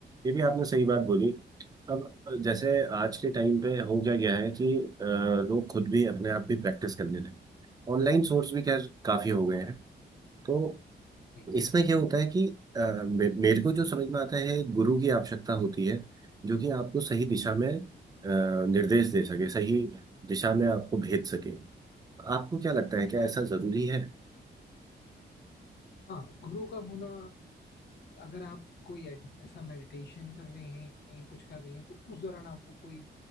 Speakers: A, on the right; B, on the left.
A: ये भी आपने सही बात बोली अब जैसे आज के टाइम पे हो क्या गया है कि अ, लोग खुद भी अपने आप भी प्रैक्टिस करने लगे ऑनलाइन सोर्स भी खैर काफी हो गए हैं तो
B: वही
A: इसमें क्या होता है कि अ, मे- मेरे को जो समझ में आता है एक गुरु की आवश्यकता होती है जो कि आपको सही दिशा में अ, निर्देश दे सके सही दिशा में आपको भेज सके आपको क्या लगता है क्या
B: हाँ
A: ऐसा जरूरी है
B: हाँ गुरु का होना अगर आप कोई एड- ऐसा मेडिटेशन कर रहे हैं कुछ कर रहे हैं तो उस दौरान आपको कोई